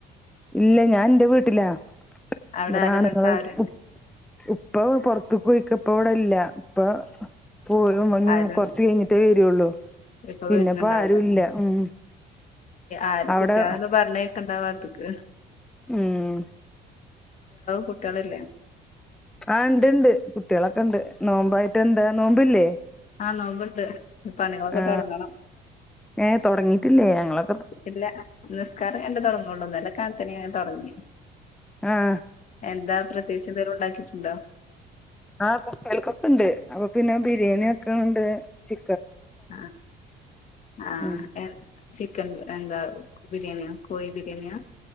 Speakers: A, in the centre; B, on the left.
A: ഇല്ല ഞാൻ ന്റെ വീട്ടിലാ
B: അവിടെ
A: ഇവിടാണുങ്ങൾ
B: ആരാ എന്നിട്ട് ആരുല്ലേ
A: ഉ ഉപ്പ പുറത്തക്ക് പോയിക്ക ഇപ്പ ഇവിടെല്ല ഇപ്പ പോ <inaudible>
B: ആരും
A: കുറച്ച് കഴിഞ്ഞിട്ടേ വരുള്ളൂ
B: ഇപ്പൊ
A: പിന്നെപ്പ
B: വരല്ണ്ടാവുല്ലല്ലോ
A: ആരുല്ല ഉം
B: ആര്
A: അവിടെ
B: കുട്യളോന്നും പറഞ്ഞ കണ്ടാവാത്ത്ക്ക്
A: ഉം
B: കുട്ടികളില്ലേ
A: ആ ഇണ്ട് ഇണ്ട് കുട്ടികളൊക്കെണ്ട് നോമ്പായിട്ട് എന്താ നോമ്പില്ലേ
B: ആ നോമ്പുണ്ട് പണികളൊക്കെ
A: ആ
B: തുടങ്ങണം
A: ഏ തോടങ്ങീട്ടില്ലേ ഞങ്ങളൊ
B: ഇല്ല നിസ്കാരം എന്റെ തുടങ്ങള്ളൂന്നലെ കാ <unintelligible> ങ്ങനെ തുടങ്ങി
A: ആഹ്
B: എന്താ പ്രത്യേകിച്ച് എന്തേലും ഉണ്ടാക്കിട്ടുണ്ടോ
A: ആഹ കുട്യാൾക്കൊക്കെണ്ട് അപ്പൊ പിന്നെ ബിരിയാണി വെക്ക ഉണ്ട് ച്ചി
B: ആ ആ
A: ഉം
B: എ ചിക്കൻ എന്താ ബിരിയാണിയോ കോഴി ബിരിയാണ്യ